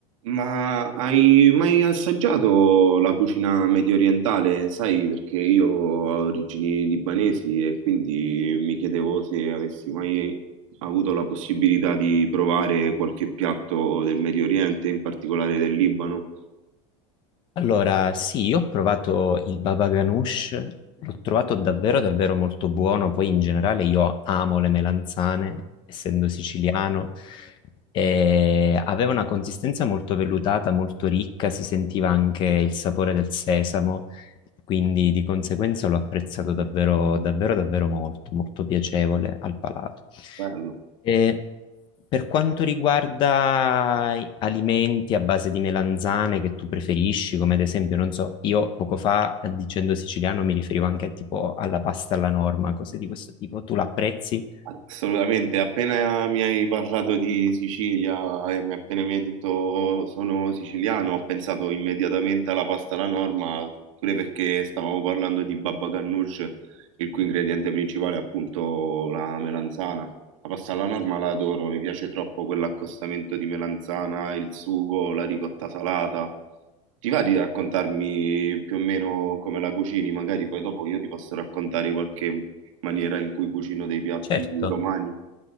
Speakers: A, on the right; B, on the left.
A: Ma hai mai assaggiato la cucina medio orientale? Sai, perché io ho origini libanesi e quindi mi chiedevo se avessi mai avuto la possibilità di provare qualche piatto del Medio Oriente, in particolare del Libano.
B: Allora, sì, io ho provato il baba ganoush, l'ho trovato davvero davvero molto buono, poi in generale io amo le melanzane, essendo siciliano, e aveva una consistenza molto vellutata, molto ricca, si sentiva anche il sapore del sesamo, quindi di conseguenza l'ho apprezzato davvero, davvero, davvero molto, molto piacevole al palato.
A: Bello.
B: E per quanto riguarda i- alimenti a base di melanzane che tu preferisci, come ad esempio, non so, io poco fa eh, dicendo siciliano mi riferivo anche tipo alla pasta alla norma, cose di questo tipo, tu l'apprezzi?
A: Assolutamente, appena mi hai parlato di Sicilia e mi- appena mi hai detto sono siciliano, ho pensato immediatamente alla pasta alla norma, pure perché stavamo parlando di baba ganoush, il cui ingrediente principale è appunto la melanzana. La pasta alla norma la adoro, mi piace troppo quell'accostamento di melanzana, il sugo, la ricotta salata. Ti va di raccontarmi più o meno come la cucini? Magari poi dopo io ti posso raccontare qualche maniera in cui cucino dei piatti
B: Certo.
A: romani.